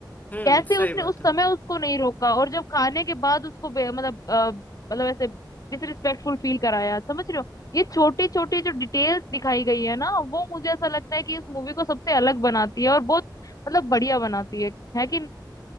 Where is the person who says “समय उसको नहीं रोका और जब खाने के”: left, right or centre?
Left